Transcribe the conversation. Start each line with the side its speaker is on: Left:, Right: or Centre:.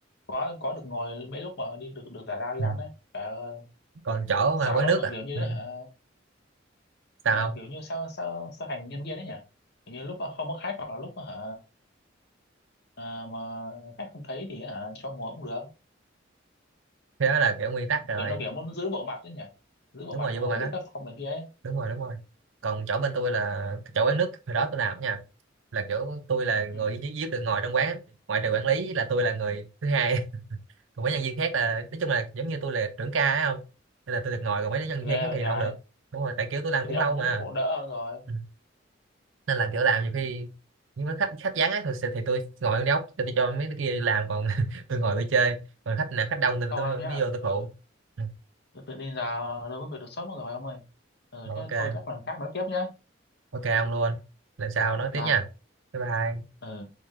Left: có có được ngồi mấy lúc mà đi được được giải lao đi
Right: ừ.
Left: ăn đấy trời ơi
Right: còn chỗ
Left: sợ
Right: mà quán
Left: lắm
Right: nước
Left: mà
Right: à
Left: kiểu như
Right: ừ.
Left: hả
Right: sao
Left: mà kiểu như sao sao sao hành nhân viên ấy nhỉ kiểu như lúc mà không có khách hoặc là lúc mà hả à, mà khách không thấy thì hả cho ngồi cũng được
Right: thế đó là kiểu nguyên tắc rồi
Left: kiểu nó kiểu muốn giữ bộ mặt đấy nhỉ giữ bộ
Right: đúng
Left: mặt
Right: rồi
Left: mà
Right: vô
Left: không
Right: bề mặt
Left: phải
Right: á
Left: giữ tác phong này kia ấy
Right: đúng rồi đúng rồi còn chỗ bên tôi là chỗ quán nước hồi đó tôi làm nha là kiểu tôi là người
Left: Ừ.
Right: duy duy nhất được ngồi trong quán ngoại trừ quản lý là tôi là người thứ hai <laughs> còn mấy nhân viên khác là nói chung là giống như tôi là trưởng ca ấy không nên là tôi được ngồi còn mấy nhân
Left: ghê
Right: viên khác
Left: vậy
Right: thì
Left: trời
Right: không được đúng rồi tại kiểu tôi làm
Left: thế
Right: cũng
Left: thì ông
Right: lâu
Left: cũng
Right: mà
Left: khổ đỡ hơn rồi
Right: Ừ. nên là kiểu làm nhiều
Left: Ừ.
Right: khi nhưng mà khách khách vắng á thì, thì tôi ngồi trong góc tôi tôi cho mấy đứa kia đi làm còn <laughs> tôi ngồi tôi chơi còn khách nào khách đông thì
Left: thôi
Right: tôi
Left: ông nhá
Right: mới vô tôi
Left: ừ.
Right: phụ Ừ.
Left: tự tự tin giờ đâu có việc đột xuất mất rồi ông ơi ừ
Right: ok
Left: thế thôi chắc lần khác nói tiếp nhá
Right: ok ông luôn lần sau nói tiếp
Left: Bye.
Right: nha bye bye
Left: Ờ.